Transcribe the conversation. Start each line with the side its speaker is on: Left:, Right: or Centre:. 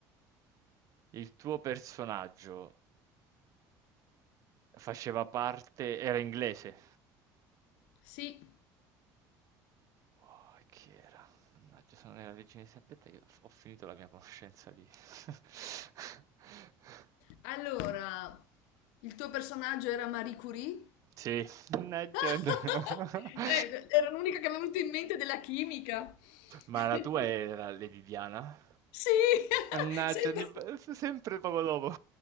Right: Il tuo personaggio faceva parte, era inglese.
Left: sì.
Right: Oh, e chi era? Mannaggia, sono nella regina Elisabetta che ho ho finito la mia conoscenza di... <laughs>
Left: Allora, il tuo personaggio era Marie Curie?
Right: Sì, legend.
Left: <laughs>
Right: <laughs>
Left: Eh, era l'unica che mi è venuta in mente della chimica.
Right: Ma
Left: <laughs>
Right: la tua era Lady Diana?
Left: Sì,
Right: Mannaggia,
Left: <laughs> sembra.
Right: ogni vo- sempre poco dopo.